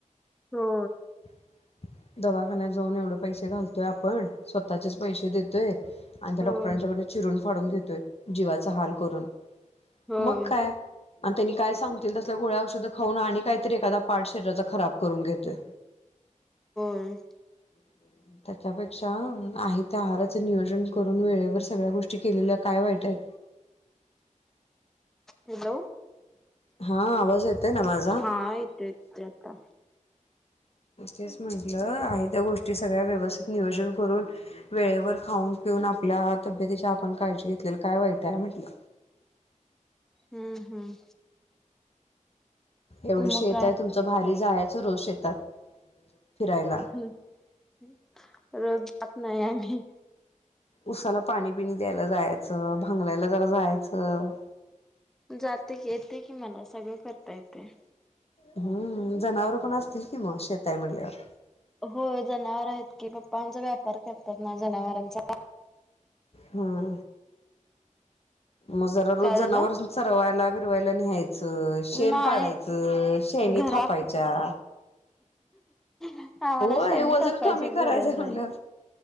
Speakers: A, in the centre; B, on the left.
A: हो.
B: ह <inaudible> दवाखान्यात जाऊन एवढं पैसे घालतोय आपण. स्वतःचेच पैसे देतोय. आणि त्या
A: होय
B: डॉक्टरांच्याकडन चिरून फाडून घेतोय. जीवाचा हाल करून.
A: होय
B: मग काय? आणि त्यांनी काय सांगतील तसल्या गोळ्या औषधं खाऊन. आणि काहीतरी एखादा पार्ट शरीराचा खराब करून घेतोय.
A: होय.
B: ह <unintelligible> त्याच्यापेक्षा आहे त्या आहाराच नियोजन करून वेळेवर सगळ्या गोष्टी केलेल्या काय वाईट आहेत.
A: हॅलो
B: हा आवाज येतोय ना माझा
A: हा येतो येतो आता
B: तेच म्हंटलं आहे त्या गोष्टी सगळ्या व्यवस्थित नियोजन करून वेळेवर खाऊन पिऊन आपल्या तब्येतीची आपण काळजी घेतलेली काय वाईट आहे म्हटलं
A: हम्म हम्म
B: एवढ
A: मग
B: शेत
A: काय
B: आहे तुमच भारी जायाच रोज शेतात फिरायला.
A: हम्म रोज जात नाही आम्ही
B: उसाला पाणी बीणी द्यायला जायांचं. भांगलायला जरा जायांचं.
A: जातोय की येतय की मला सगळं करता येतय.
B: हम्म जनावर पण असतील कि मग शेत आहे म्हणल्यावर
A: होय जनावर आहेत की पप्पा आमच व्यापार करतात ना जनावरांचा
B: हा हा मग जरा रोज
A: काय झाला?
B: जनावरासनी चरवायला बिरवायला न्हाय च शेण
A: नाही
B: काढायचं शेणी
A: घरात
B: थापायच्या.
A: आम्हाला
B: व्हय
A: शेणी
B: वजन
A: थापायची
B: कमी करायचं
A: गरज
B: हाय
A: नाही.
B: म्हणल्यावर